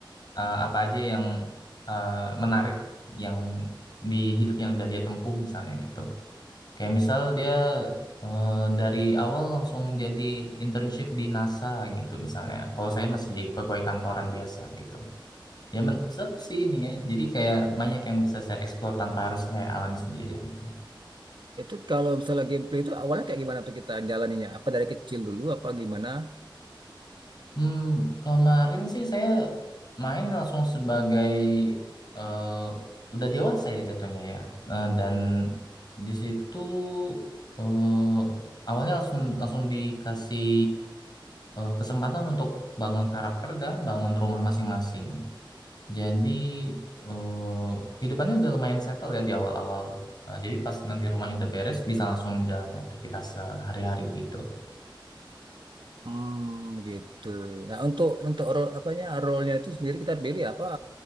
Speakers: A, on the left; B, on the right.
A: eh, apa aja yang eh, menarik yang di hidupnya yang udah dia tempuh misalnya gitu. Kayak misal dia eh, dari awal langsung jadi internship di NASA gitu misalnya. Kalau saya masih jadi pegawai kantoran biasa gitu. Ya men seru sih ininya. Jadi kayak banyak yang bisa saya explore tanpa harus saya alami sendiri gitu.
B: Itu kalau misalnya gameplay itu awalnya kayak gimana tuh kita jalaninya? Apa dari kecil dulu apa gimana?
A: Hmm, kemarin sih saya main langsung sebagai eh, udah dewasa ya jatuhnya ya. Eh, dan di situ eh, awalnya langsung langsung dikasih eh, kesempatan untuk bangun karakter dan bangun rumah masing-masing. Jadi eh, kehidupannya udah lumayan settle ya di awal-awal. Nah, jadi pas nanti rumahnya udah beres bisa langsung jalani aktivitas sehari-hari gitu.
B: Hmm, gitu. Nah, untuk untuk role apanya role-nya itu sendiri kita pilih apa